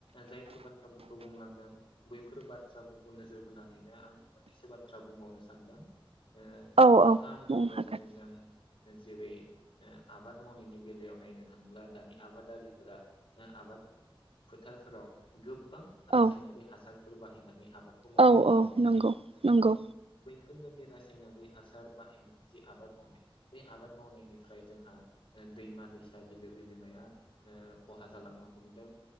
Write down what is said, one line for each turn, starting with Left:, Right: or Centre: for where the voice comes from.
Left: जायफोर बाथ्राफोरखौ बुंलांदों बैफोर बाथ्राफोरखौ नोजोर बोनानैनो आं मोननैसो बाथ्रा बुंबावनो सानदों। ओ
Right: औ
Left: नोंथाङा
Right: औ
Left: बुंनाय
Right: बुंनो
Left: बादिनो
Right: हागोन
Left: जों जेरै ओ आबाद मावनायनि बेलायाव नायनो थांब्ला दानि आबाद आबादारिफोरा आबाद फोथारफोराव गो गोबां रासायनारि
Right: औ
Left: हासार फोर बाहायनानै आबादखौ मावनायखौ
Right: औ औ नंगौ नंगौ।
Left: बेफोरबायदि रासायनारि हासार बाहायनाय जि आबाद मावनाय बे आबाद मावनायनिफ्राय जोंहा ओ दैमा दैसा बिलो बिलोमाया ओ खहा जालांनो हमदों।